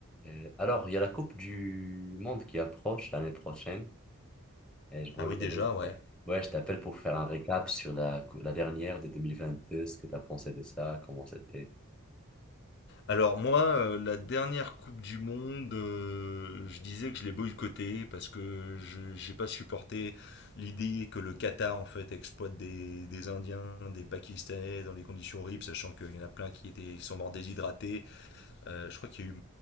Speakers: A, in the centre; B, on the left.
A: Euh, alors, il y a la Coupe du Monde qui approche l'année prochaine. Et je voulais...
B: Ah oui, déjà, ouais.
A: Ouais, je t'appelle pour faire un récap sur la, cou- la dernière de 2022, ce que tu as pensé de ça, comment c'était.
B: Alors moi, euh, la dernière Coupe du Monde, euh, je disais que je l'ai boycottée parce que je j'ai pas supporté l'idée que le Qatar en fait exploite des, des Indiens, des Pakistanais dans des conditions horribles, sachant qu'il y en a plein qui étaient qui sont morts déshydratés. Euh, je crois qu'il y a eu